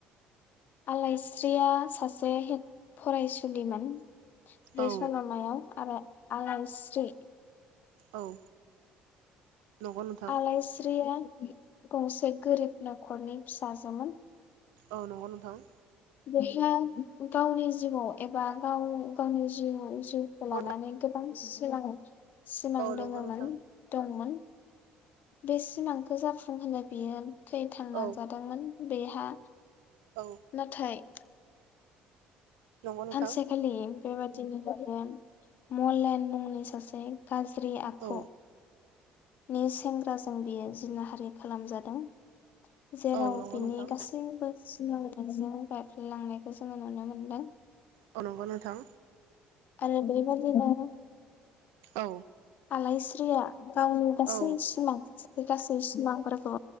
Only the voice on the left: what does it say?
आलायस्रिया सासे हिन्जावसा फरायसुलिमोन। बे
सलमायाव आरो आलाइस्रि
आलायस्रिया गंसे गोरिब न'खरनि फिसाजोमोन।
बेखौ गावनि जिउआव एबा गाव गावनि जि जिउखौ
लानानै गोबां सिमां सिमां
दोङोमोन
दंमोन। बे सिमांखौ जाफुं होनो बियो थैथां
नाजादोंमोन। बेहा
नाथाय
सानसे खालि। बेबायदिनो ज मलेन मुंनि सासे। गाज्रि आखु।
नि सेंग्राजों बियो जिनाहारि खालामजादों। जेराव
बिनि
गासैबो जि <unintelligible> लांनायखौ जोङो नुनो मोनदों।
आरो बेै बायदि नों
आलायस्रिया गावनि गासै
सिमां गासै सिमांफोरखौ